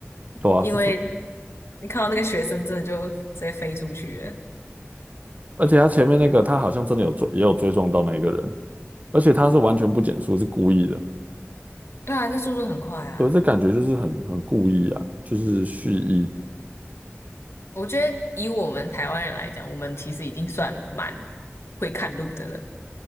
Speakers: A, on the right; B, on the left.
A: 对啊，
B: 因为
A: 是这，
B: 你看到那个学生真的就直接飞出去了。
A: 而且他前面那个他好像真的有追，也有追撞到那一个人，而且他是完全不减速，是故意的，
B: 对啊，这速度很快啊。
A: 对，这感觉就是很很故意啊，就是蓄意，
B: 我觉得以我们台湾人来讲，我们其实已经算蛮会看路的了，